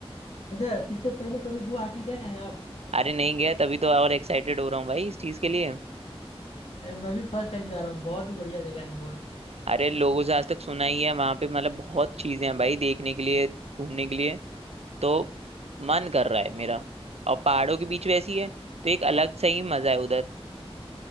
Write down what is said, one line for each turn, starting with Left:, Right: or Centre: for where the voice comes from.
Left: अच्छा इससे पहले कभी गुवाहाटी गए हैं आप
Right: अरे नहीं गया तभी तो और एक्साइटेड हो रहा हूँ भाई इस चीज के लिए
Left: अरे मैं भी फर्स्ट टाइम जा रहा हूँ बहुत ही बढ़िया जगह है वो
Right: अरे लोगों से आज तक सुना ही है वहां पे मतलब बहुत चीजें हैं भाई देखने के लिए घूमने के लिए तो मन कर रहा है मेरा और पहाड़ों के बीच वैसी है तो एक अलग सही मजा है उधर